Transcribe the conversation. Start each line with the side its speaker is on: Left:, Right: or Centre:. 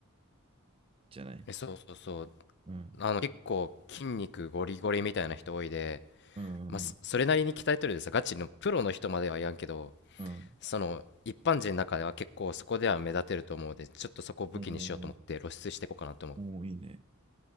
Right: じゃない。
Left: えそうそうそう
Right: うん。
Left: あの結構筋肉ゴリゴリみたいな人多いで、
Right: うん。
Left: まあ、そそれなりに鍛えとるでさガチのプロの人まではやんけど
Right: うん。
Left: その一般人の中では結構そこでは目立てると思うのでちょっとそこを武器にしようと思って露出していこうかなと思う
Right: うん。おーおー、いいね。